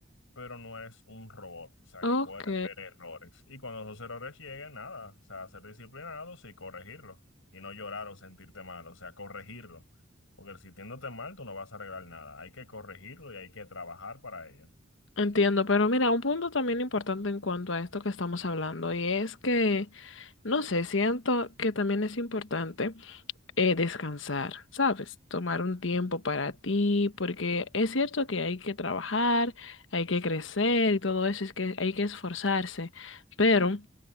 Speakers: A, on the left (about 90°); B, on the left (about 70°).
A: pero no eres un robot, o sea,
B: Ok,
A: que puede haber errores. Y cuando esos errores lleguen, nada, o sea, ser disciplinados y corregirlos, y no llorar o sentirte mal, o sea, corregirlo. Porque si sintiéndote mal, tú no vas a arreglar nada, hay que corregirlo y hay que trabajar para ello.
B: entiendo, pero mira, un punto también importante en cuanto a esto que estamos hablando y es que, no sé, siento que también es importante eh, descansar, ¿sabes? Tomar un tiempo para ti, porque es cierto que hay que trabajar, hay
A: Pues,
B: que crecer y todo eso, es que hay que esforzarse, pero...